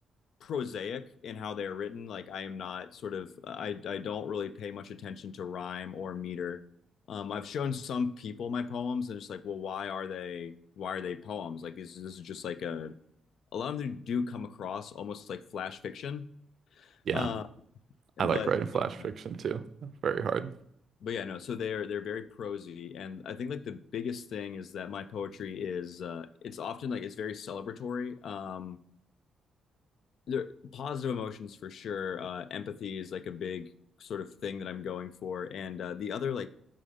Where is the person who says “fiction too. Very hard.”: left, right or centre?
Right